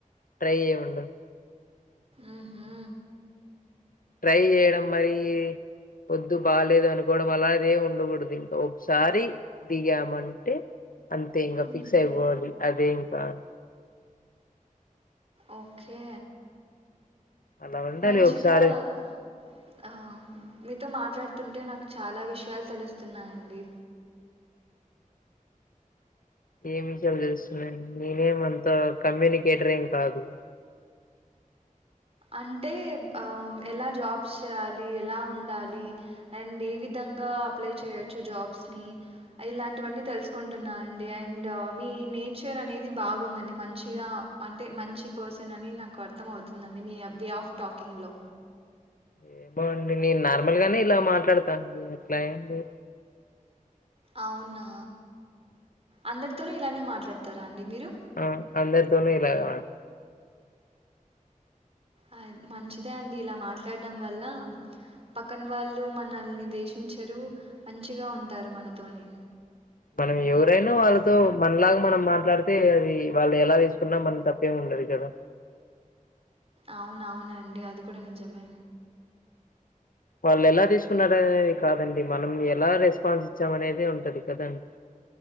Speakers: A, on the left (about 80°); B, on the right (about 45°).
A: ట్రై ఏముండదు
B: ఉహూ
A: ట్రై చేయడం మరి వద్దు బాలేేదు అనుకోవడం అలా అదే ఉండకూడదు ఇంకా ఒకసారి దిగామంటే అంతే ఇంకా
B: హ్మ్.
A: ఫిక్స్ అయిపోవాలి అదే ఇంకా సార్
B: ఓకే
A: అలా ఉండాలి
B: మంచిగా
A: ఒకసారి
B: అలా ఆ మీతో మాట్లాడుతుంటే నాకు చాలా విషయాలు తెలుస్తున్నాయండి
A: ఏం విషయాలు తెలుస్తున్నా నేనేమ అంత కమ్యూనికేటరింగ్ కాదు
B: అంటే ఎలా జాబ్స్ చేయాలి ఎలా ఉండాలి అండ్ ఏ విధంగా అప్లై చేయొచ్చు జాబ్స్ ని ఇలాంటివన్నీ తెలుసుకుంటున్నా అండి అండ్ మీ నేచర్ అనేది బాగుందండి మంచిగా అంటే మంచి పర్సన్ అని నాకు అర్థం అవుతుంది అ మీ వే ఆఫ్ టాకింగ్లో
A: ఏ బాగుండి నేను నార్మల్ గానే ఇలా మాట్లాడతాను అండి అట్లా ఏంలేదు
B: అవునా అందరితోనూ ఇలానే మాట్లాడతారా అండి మీరు
A: ఆ అందరితోను ఇలాగే మాట్లాడతాను
B: అ మంచిదే అండి ఇలా మాట్లాడడం వల్ల పక్కన వాళ్ళు మనల్ని దేశించరు మంచిగా ఉంటారు మనతోని
A: మనం ఎవరైనా వాళ్ళతో మనలాగా మనం మాట్లాడితే అది వాళ్ళు ఎలా వేసుకున్నా మన తప్పేం ఉండదు కదా
B: అవున అవునండి అది కూడా నిజమే
A: వాళ్ళు ఎలా తీసుకున్నారు అనేది కాదండి మనం ఎలా రెస్పాన్స్ ఇచ్చాం అనేది ఉంటది కదాండి